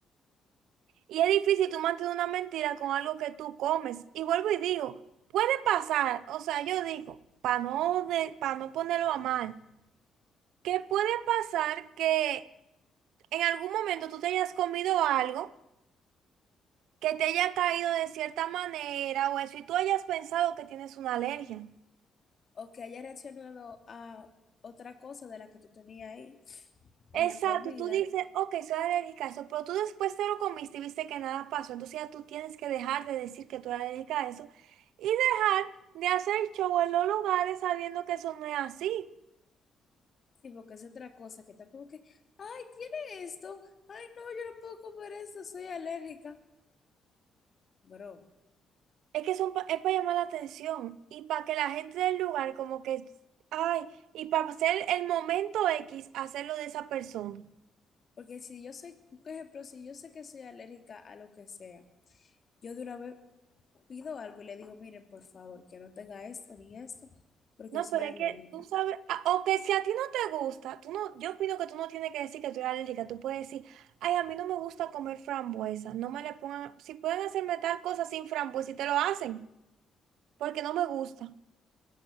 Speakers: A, on the right; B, on the left.
A: Y es difícil tú mantener una mentira con algo que tú comes. Y vuelvo y digo, puede pasar, o sea, yo digo, para no, de, pa no ponerlo a mal, que puede pasar que en algún momento tú te hayas comido algo que te haya caído de cierta manera o eso, y tú hayas pensado que tienes una alergia.
B: o que haya reaccionado a otra cosa de la que tú tenías ahí en
A: Exacto,
B: la comida
A: y tú dices, ok, soy alérgica a eso, pero tú después te lo comiste y viste que nada pasó, entonces ya tú tienes que dejar de decir que tú eres alérgica a eso y dejar de hacer show en los lugares sabiendo que eso no es así.
B: Sí, porque es otra cosa que está como que, ay, tiene esto, ay, no, yo no puedo comer esto, soy alérgica, bro.
A: Es que son pa- es para llamar la atención y para que la gente del lugar como que, ay, y para hacer el momento X, hacerlo de esa persona.
B: Porque si yo sé, por ejemplo, si yo sé que soy alérgica a lo que sea, yo de una vez pido algo y le digo, miren, por favor, que no tenga esto ni esto, porque
A: No,
B: soy
A: pero
B: alérgica.
A: es que tú sabes, ah, o que si a ti no te gusta, tú no, yo opino que tú no tienes que decir que tú eres alérgica, tú puedes decir, ay, a mí no me gusta comer frambuesa, no me le pongan, si pueden hacerme tal cosa sin frambuesa y te lo hacen, porque no me gusta.